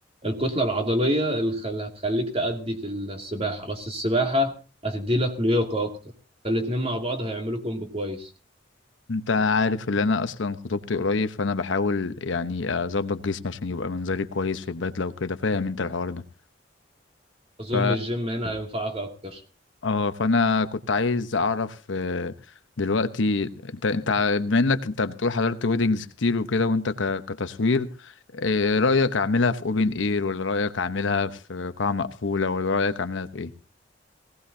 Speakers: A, on the right (about 30°); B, on the left (about 80°).
A: الكتلة العضلية الخ- اللي هتخليك تأدي في السباحة بس السباحة هتدي لك لياقة أكتر فالاتنين مع بعض هيعملوا كومبو كويس
B: انت عارف ان انا اصلا خطوبتي قريب فانا بحاول يعني اظبط جسمي عشان يبقى منظري كويس في البدله وكده فاهم انت الحوار ده
A: أظن
B: ف
A: الجيم هنا هينفعك أكتر
B: اه فانا كنت عايز اعرف آه، دلوقتي انت انت ع- بما انك انت بتقول حضرت ويدنجز كتير وكده وانت ك... كتصوير آه، رايك اعملها في اوبن اير ولا رايك اعملها في قاعه مقفوله ولا رايك اعملها في ايه؟